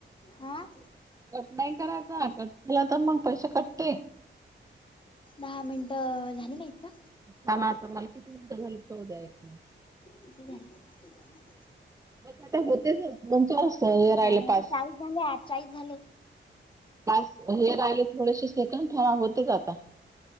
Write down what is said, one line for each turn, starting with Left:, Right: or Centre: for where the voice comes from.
Left: हा..
Right: कट नाही करायचा कट केला तर मग पैसे कटते.
Left: दहा मिनिटं झाली नाहीत का?
Right: थांबा आता मला किती मिनटं झाली पाहुद्या एक मिनिटं.
Left: किती झाले?
Right: बस आता होतेच आहेत दोन चार असं राहिले
Left: झालं
Right: तास.
Left: चाळीस झाले आज चाळीस झाले
Right: तास हे राहिले थोडेसे सेकंड था होतेच आता.